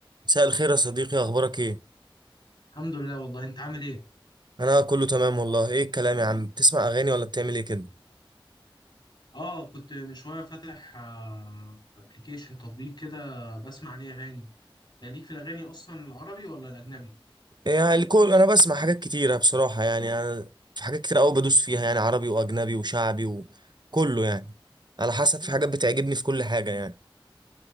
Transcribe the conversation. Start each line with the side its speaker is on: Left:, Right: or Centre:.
Right: مساء الخير يا صديقي اخبارك ايه
Left: الحمد لله والله انت عامل ايه
Right: انا كله تمام والله ايه الكلام يا عم بتسمع اغاني ولا بتعمل ايه كده
Left: اه كنت من شويه فاتح ابلكيشن تطبيق كده بسمع عليه اغاني ده ليك في الاغاني اصلا العربي ولا الاجنبي
Right: إيه، يعني الكل انا بسمع حاجات كتيره بصراحه يعني أنا في حاجات كتير قوي بدوس فيها يعني عربي واجنبي وشعبي وكله يعني على حسب في حاجات بتعجبني في كل حاجه يعني